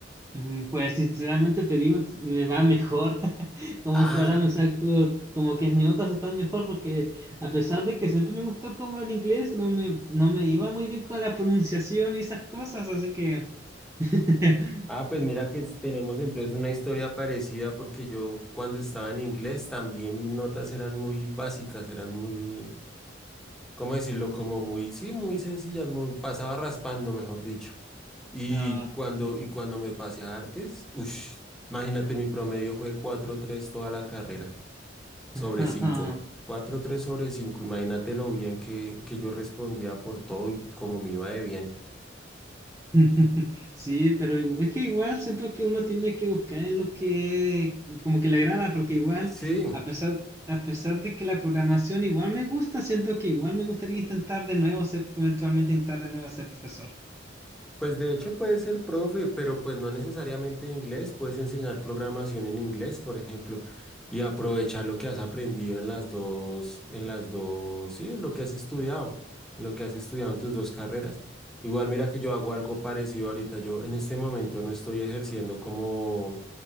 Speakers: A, on the right (about 15°); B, in the centre.
A: Mm, Pues sinceramente te digo, me va mejor. <laughs> Como
B: Ah.
A: que ahora me saco, como que mis notas están mejor porque a pesar de que siempre me gustó como el inglés, no me, no me iba muy bien con la pronunciación y esas cosas, así que... <laughs>
B: Ah, pues mira que s- tenemos entonces una historia parecida porque yo cuando estaba en inglés también mis notas eran muy básicas, eran muy, ¿cómo decirlo? Como muy, sí, muy sencillas, muy, pasaba raspando, mejor dicho. Y
A: ah,
B: cuando, y cuando me pasé a artes, uff, imagínate, mi promedio fue cuatro tres toda la carrera, sobre
A: <laughs>
B: cinco, cuatro tres sobre 5. imagínate lo bien que, que yo respondía por todo y cómo me iba de bien.
A: <laughs> Sí, pero igu- es que igual siento que uno tiene que buscar en lo que como que le agrada, porque igual
B: Sí.
A: a pesar a pesar de que la programación igual me gusta, siento que igual me gustaría intentar de nuevo ser eventualmente intentar de nuevo ser profesor.
B: Pues de hecho puede ser profe, pero pues no necesariamente de inglés, puedes enseñar programación en inglés, por ejemplo, y aprovechar lo que has aprendido en las dos, en las dos, sí, en lo que has estudiado, en lo que has estudiado en tus dos carreras. Igual mira que yo hago algo parecido ahorita, yo en este momento no estoy ejerciendo como,